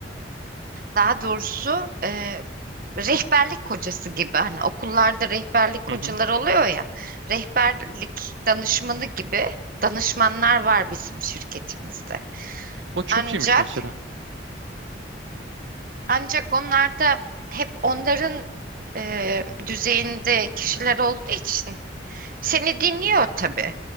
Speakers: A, on the right; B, on the right.
A: daha doğrusu e, rehberlik hocası gibi hani okullarda rehberlik
B: Hı
A: hocaları
B: hı.
A: oluyor ya rehberlik danışmanı gibi danışmanlar var bizim şirketimizde.
B: O çok
A: Ancak
B: iyiymiş mesela.
A: ancak onlar da hep onların e, düzeyinde kişiler olduğu için Seni dinliyor tabii.